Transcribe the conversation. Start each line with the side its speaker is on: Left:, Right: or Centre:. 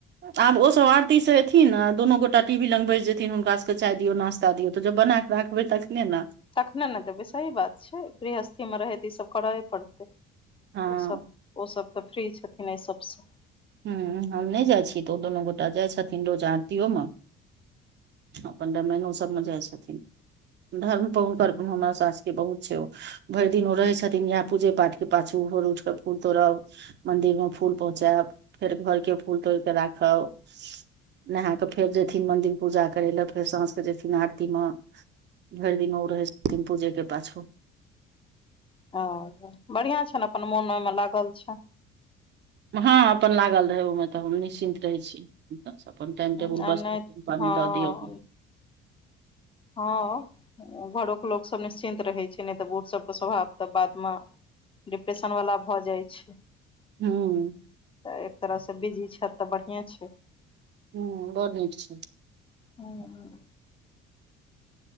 Right: आब ओसभ आरती से एथिन दुनू गोटा टी वी लग बैस जेथिन हुनकाके चाय दियौ नास्ता शादी हो तऽ जो बना कऽ राखबै तखने ने
Left: तखने ने देबै सही बात छै गृहस्थीमे रहै तऽ ईसभ करबे पड़तै
Right: हँ
Left: ओसभ ओ सब तऽ फ्री छथिन एहि सबसँ
Right: ह हम नहि जाइ छी तऽ दुनू गोटा जाइ छथिन रोज आरतीयो मे अपन रामायण ओ सबमे जाइ छथिन धर्म पर हुनकर हमरा सासके बहुत छै ओ भरि दिन ओ रहै छथिन यह पूजे पाठ के पाछू भर उठ कऽ फूल तोड़ब मंदिर मे फूल पहुँचायब फेर घर के फूल तोड़ केे राखब नहा कऽ फेर जयथिन मन्दिर पूजा करय लए फेर साँझके जयथिन आरती मे भरि दिन ओ रहै छथिन पूजे के पाछु
Left: ओ बढ़िआँ छनि अपन मोन ओहिमे लागल छनि
Right: हँ अपन लागल रहै ओमे तऽ हम निश्चिन्त रहै छी ब अपन टाइम टेबुल
Left: ह आ
Right: बस
Left: नहि
Right: पानि
Left: हँ
Right: दऽ दियौ
Left: हँ घरो के लोक सब निश्चिन्त रहै छै नहि तऽ बूढ़ सबके स्वभाव तऽ बादमे डिप्रेशन वालला भऽ जाइ छै
Right: हँ
Left: तऽ एक तरह से बिजी छै तऽ बढ़िए छै
Right: हू बर नीक छै
Left: ह <unintelligible>